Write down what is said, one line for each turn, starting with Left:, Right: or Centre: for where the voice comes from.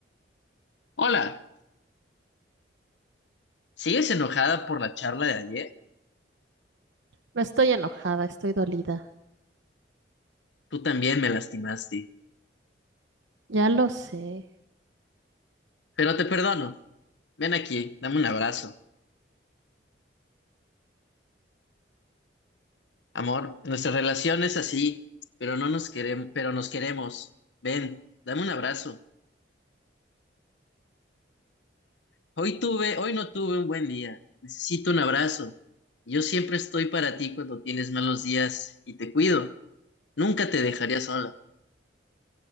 Left: Hola, ¿sigues enojada por la charla de ayer?
Right: No estoy enojada, estoy dolida.
Left: Tú también me lastimaste,
Right: Ya lo sé.
Left: pero te perdono. Ven aquí, dame un abrazo. Amor, nuestra relación es así, pero no nos queremos, pero nos queremos. Ven, dame un abrazo. Hoy tuve, hoy no tuve un buen día. Necesito un abrazo. Yo siempre estoy para ti cuando tienes malos días y te cuido. Nunca te dejaría sola,